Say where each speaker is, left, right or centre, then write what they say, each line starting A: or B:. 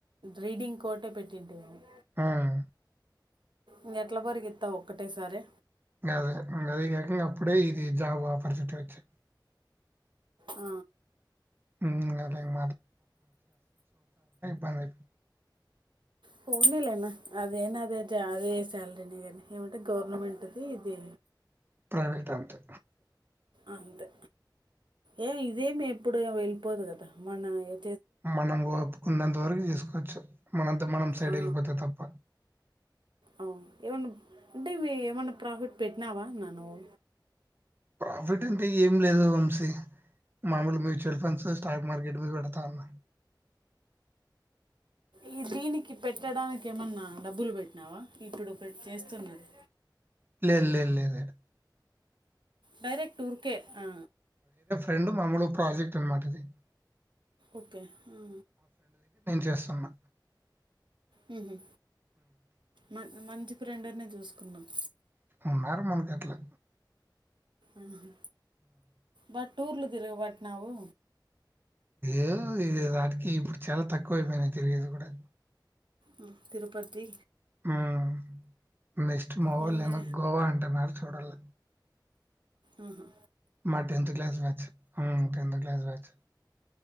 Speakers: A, on the right (about 80°); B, on the right (about 25°).
A: రీడింగ్ కోటే పెట్టింటి కాని
B: హ్మ్.
A: ఇ ఎట్ల పరిగేత్తవు ఒక్కటే సరే
B: గదే గది కాక అప్పుడే ఇది జాబ్ ఆపర్చునిటీ వచ్చి
A: ఆ
B: హ్మ్. అలా ఇంక బాగా
A: పోనీలేనా అదేనా అదే జ అదే శాలరీని కానీ ఏమంటే గవర్నమెంట్ ది ఇది
B: ప్రైవేట్ అంతే
A: అంతే ఏ ఇదేమి ఎప్పుడు వెళ్ళిపోదు కదా మన ఏ
B: మనం కోపుకున్నంత వరకు చేసుకోచ్చు మనంతకు మనం సైడ్
A: ఆ,
B: వెళ్ళిపోతే తప్ప
A: అవును ఏమన్నా అంటే మే ఏమన్నా ప్రాఫిట్ పెట్టినావా అన్న నువు
B: ప్రాఫిట్ అంటే ఏం లేదు వంశీ మామూలు మ్యూచువల్ ఫండ్స్ ఏ స్టాక్ మార్కెట్ మీద పెడతాన్న
A: ఈ దీనికి పెట్టడానికి ఏమన్నా డబ్బులు పెట్టినావా ఇప్పుడు పే చేస్తున్నది
B: లేద్ లేద్ లేద్ యాడ
A: డైరెక్ట్ ఊర్కే ఆ
B: రెండు మామూలు ప్రాజెక్ట్ అనమాట అది
A: ఓకే ఆ
B: చేస్తన్నా
A: మ్మ్ హు మన్ మంచి ఫ్రెండ్ నే చూసుకున్నావ్
B: ఉన్నారు మనకు అట్లా
A: మ్మ్ బట్ ఊర్లు తిరగబట్టినావు
B: ఏదో ఇది ఆటికి ఇప్పుడు చాలా తక్కువ అయిపోయినాయి తిరిగేది కూడా
A: మ్మ్ తిరుపతి
B: మ్మ్ నెస్ట్ మావూళ్ళు
A: మొన్నే
B: ఏమ గోవా అంటన్నారు చూడల్ల
A: మ్మ్ హు
B: మా టెన్త్ క్లాస్ బ్యాచ్ మ్మ్ టెన్త్ క్లాస్ బ్యాచ్